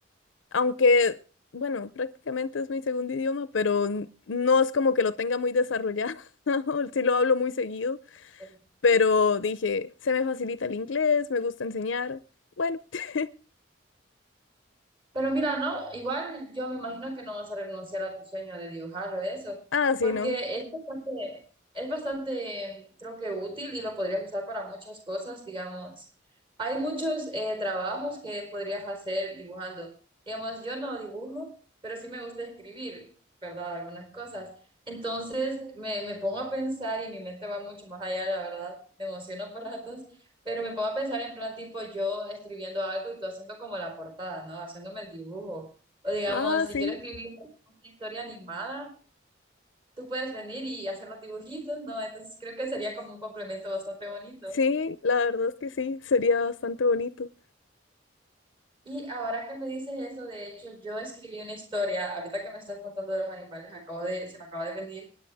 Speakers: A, on the left; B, on the right.
A: aunque... Bueno, prácticamente es mi segundo idioma, pero n- no es como que lo tenga muy desarrollado. <laughs> Sí lo hablo muy seguido,
B: qué
A: pero dije, se me facilita el inglés, me gusta enseñar. Bueno, <laughs>
B: Pero mira, no, igual yo me imagino que no vas a renunciar a tu sueño de dibujar o eso,
A: ah, sí,
B: porque
A: no.
B: es bastante, es bastante, creo que útil y lo podrías usar para muchas cosas, digamos. Hay muchos eh, trabajos que podrías hacer dibujando. Digamos, yo no dibujo, pero sí me gusta escribir, ¿verdad? Algunas cosas. Entonces me, me pongo a pensar y mi mente va mucho más allá, la verdad. Me emociono por ratos pero me pongo a pensar en plan tipo yo escribiendo algo y tú haciendo como la portada, ¿no? Haciéndome el dibujo. O digamos,
A: Ah,
B: si
A: sí,
B: quiero escribir una historia animada, tú puedes venir y hacer los dibujitos, ¿no? Entonces creo que sería como un complemento bastante bonito.
A: sí, la verdad es que sí, sería bastante bonito.
B: Y ahora que me dices eso, de hecho, yo escribí una historia, ahorita que me estás contando de los animales, acabo de, se me acaba de venir